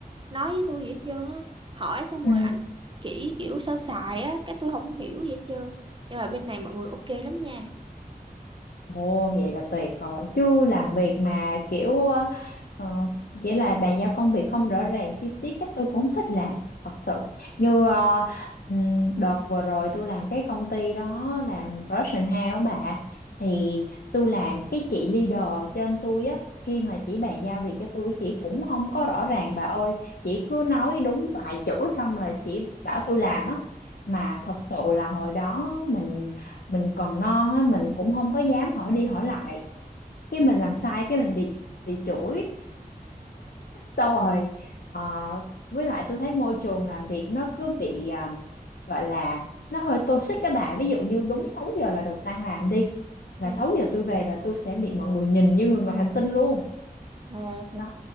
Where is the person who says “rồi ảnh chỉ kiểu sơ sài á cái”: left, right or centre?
Right